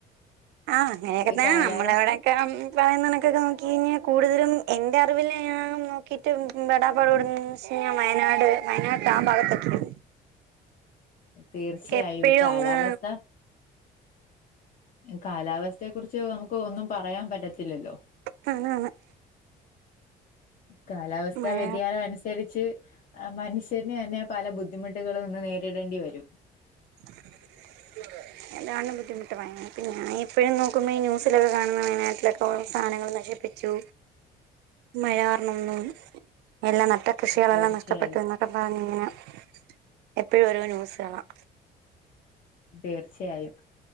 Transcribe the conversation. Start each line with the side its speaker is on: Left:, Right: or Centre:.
Right: ആഹ അങ്ങനെയൊക്കെ
Left: ഈ
Right: തന്നെ
Left: കാലാവസ്ഥ
Right: നമ്മളെവിടെയൊക്കെ പറയുന്നനക്കൊക്കെ നോക്കി കഴിഞ്ഞാ കൂടുതലും. എന്റെ അറിവിൽ ഞാൻ ന കിട്ട് പെടാപ്പാട് പെടുന്ന എ വെച്ച് കഴിഞ്ഞാൽ വയനാട് വയനാട്ട ആ ഭാഗത്തൊക്കെയാണ്.
Left: തീർച്ചയായും
Right: എപ്പോഴും
Left: ഈ കാലാവസ്ഥ
Right: അങ്ങ്
Left: കാലാവസ്ഥയെ കുറിച്ച് നമുക്ക് ഒന്നും പറയാൻ പറ്റത്തില്ലല്ലോ
Right: <unintelligible>
Left: കാലാവസ്ഥാ
Right: മഴ
Left: വ്യതിയാനം അനുസരിച്ച് മനുഷ്യന് തന്നെ പല ബുദ്ധിമുട്ടുകളും ഇന്ന് നേരിടേണ്ടി വരും
Right: <unintelligible> <unintelligible> ഇപ്പോയൊന്നും നോക്കുമ്പേ ഈ ന്യൂസിലൊക്കെ കാണുന്ന വയനാട്ടിലൊക്കെ സാധന ച്ചു മഴ കാരണൊന്നും എല്ലാം നട്ട കൃഷികളെല്ലാം
Left: തീർച്ചയായും
Right: നഷ്ടപ്പെട്ടു. <unintelligible> എപ്പോഴും ഓരോ ന്യൂസ് കാണാം
Left: തീർച്ചയായും.